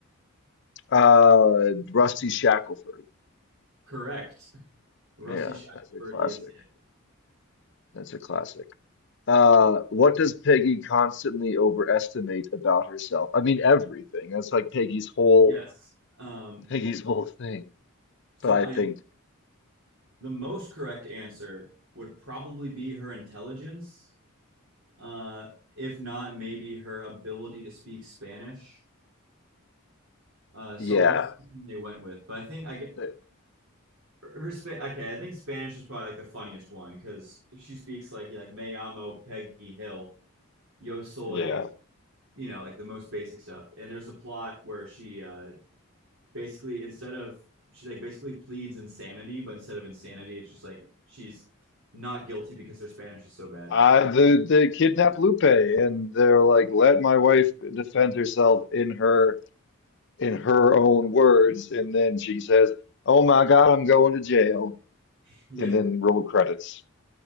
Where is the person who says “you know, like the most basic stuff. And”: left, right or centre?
Right